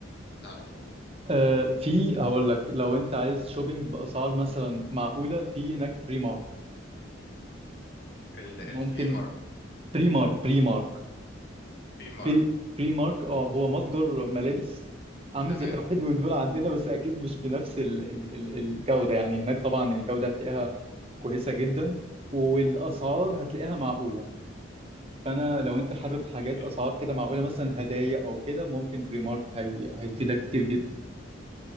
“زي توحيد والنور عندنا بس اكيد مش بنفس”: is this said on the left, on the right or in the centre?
Right